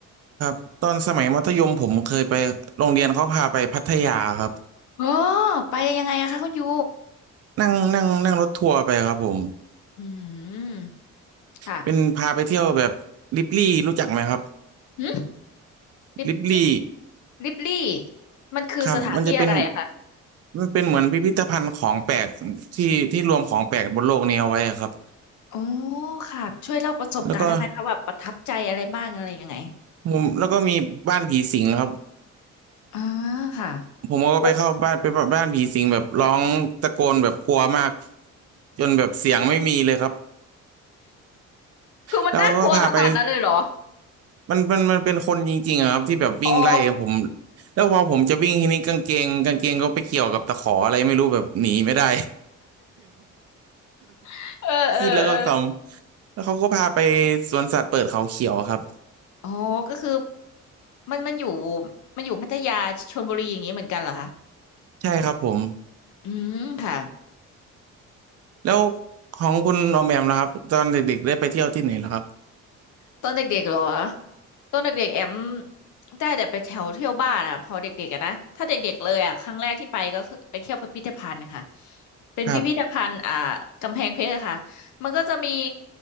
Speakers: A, on the right (about 55°); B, on the left (about 70°).
A: ครับตอนสมัยมัธยมผมเคยไปโรงเรียนเขาพาไปพัทยาครับ
B: อ๋อไปยังไงอะคะคุณยู
A: นั่งนั่งนั่งรถทัวร์ไปครับผม
B: อืมค่ะ
A: เป็นพาไปเที่ยวแบบลิบลี่รู้จักไหมครับ
B: หึลิบลิบ
A: ลิบลี่
B: ลิบลี่มันคือสถานที่อะไรอะคะ
A: ครับมันจะเป็นมันเป็นเหมือนพิพิธภัณฑ์ของแปลกที่ที่รวมของแปลกบนโลกนี้เอาไว้อะครับ
B: อ๋อค่ะช่วยเล่าประสบการณ์ได้ไหมคะแบบประทับใจอะไรบ้างอะไรยังไง
A: แล้วก็มุมแล้วก็มีบ้านผีสิงครับ
B: อ่าค่ะ
A: ผมก็ไปเข้าบ้านเป็นบ้านผีสิงแบบร้องตะโกนแบบกลัวมาก
B: อุ๊ย
A: จนแบบเสียงไม่มีเลยครับ
B: คือมันน่ากลัวขนาดนั้นเลยเหรอ
A: แล้วก็พาไป มันเป็นมันเป็นคนจริงๆอะครับที่แบบวิ่งไล่ผม
B: อ๋อ
A: แล้วพอผมจะวิ่งทีนี้กางเกงกางเกงก็ไปเกี่ยวกับตะขออะไรไม่รู้แบบหนีไม่ได้
B: <laughs> เออเออเออ
A: <laughs> คิดแล้วก็ขำแล้วเขาก็พาไปสวนสัตว์เปิดเขาเขียวครับ
B: อ๋อก็คือมันมันอยู่มันอยู่พัทยาชลบุรีอย่างนี้เหมือนกันเหรอคะ
A: ใช่ครับผม
B: อืมค่ะ
A: แล้วของคุณออมแอมนะครับตอนเด็กๆได้ไปเที่ยวที่ไหนแล้วครับ
B: ตอนเด็กๆเหรอตอนเด็กๆแอมได้แต่ไปแถวเที่ยวบ้านอ่ะพอเด็กๆอะนะถ้าเด็กๆเลยอ่ะครั้งแรกที่ไปก็คือไปเที่ยวพิพิธภัณฑ์ค่ะเป็นพิพิธภัณฑ์อ่ากำแพงเพชรอะค่ะมันก็จะมี
A: ครับ